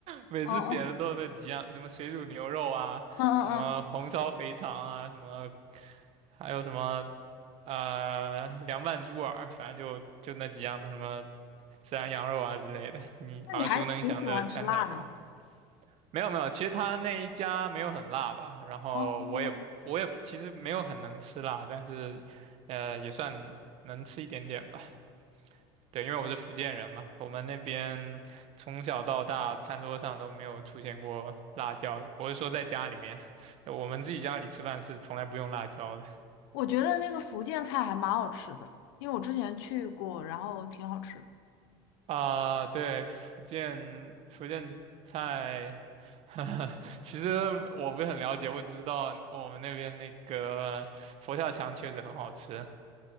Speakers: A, on the right (about 55°); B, on the left (about 80°).
A: 每次点的都是那几样，
B: 哦哦，
A: 什么水煮牛肉啊，
B: 嗯嗯嗯，
A: 什么红烧肥肠啊，什么还有什么呃凉拌猪耳，反正就就那几样吧，什么孜然羊肉啊之类的，你耳熟能详的川菜馆。
B: 那你还挺喜欢吃辣的。
A: 没有没有，其实他那一家没有很辣吧，然后我也我也其实没有很能吃辣，
B: 哦，
A: 但是呃也算能吃一点点吧。对，因为我是福建人嘛，我们那边从小到大餐桌上都没有出现过辣椒。我是说在家里面，<laughs> 我们自己家里吃饭是从来不用辣椒的。
B: 我觉得那个福建菜还蛮好吃的，因为我之前去过，然后挺好吃的。
A: 啊、对，福建福建菜，<laughs> 其实我不是很了解，我只知道我们那边那个佛跳墙确实很好吃